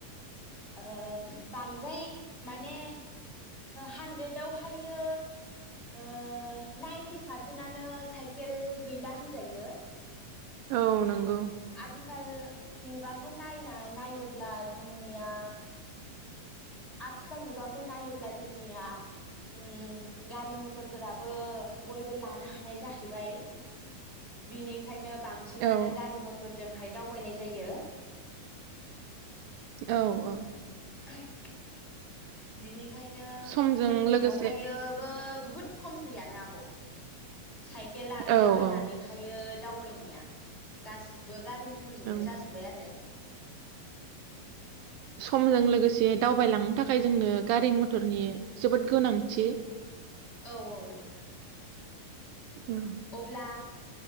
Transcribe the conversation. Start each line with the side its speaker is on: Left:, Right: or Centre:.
Left: ओ बांद्राय माने हानद्रेदावहायो ओ नाइनटि पारसेन्टआनो साइकेल गैला होनजायो
Right: औ नंगौ
Left: आथि- खाल मुगाखौ नायना-नायोब्ला जोंनिया आथिखाल मुगाखौ नायोब्ला जोंनिया उम गारि मथरफोराबो बयबो लानो हानाय जाहैबाय बिनिखायनो बांसिनानो
Right: औ
Left: गारि मथर- जोंहाय दावबायनाय जायो
Right: औ औ
Left: <inaudible> बिनि- खायनो
Right: समजों
Left: जोंनियावहायो
Right: लोगोसे
Left: बो बुहुत खमसैयानो आब' साइकेल आरो
Right: औ
Left: थाबायनानैहायो
Right: औ
Left: दावबायनाया गासिबो गारि मथरजोंनो
Right: औ
Left: जाजोबबाय आरो <inaudible>
Right: समजों लोगोसे दावबायलांनो थाखाय जोंनो गारि मथरनि जोबोद गोनांथि।
Left: औ औ औ
Right: औ
Left: अब्ला